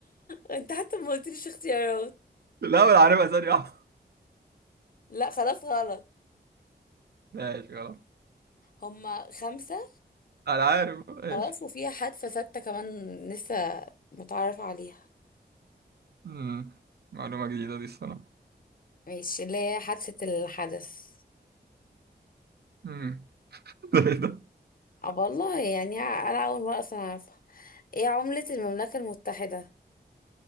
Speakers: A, on the left (about 55°); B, on the right (about 65°).
A: انت حتى ما قلتليش اختيارات
B: لا ولا عارفها ثانية واحدة
A: لا خلاص غلط
B: ماشي خلاص
A: هما خمسة
B: أنا عارف ماشي
A: خلاص وفيها حادثة ستة كمان لسه متعرف عليها
B: مم. معلومة جديدة دي الصراحة
A: ماشي اللي هي حادثة الحدث
B: مم. <laughs> ده إيه ده؟
A: اه والله يعني انا اول مرة اصلا اعرفها ايه عملة المملكة المتحدة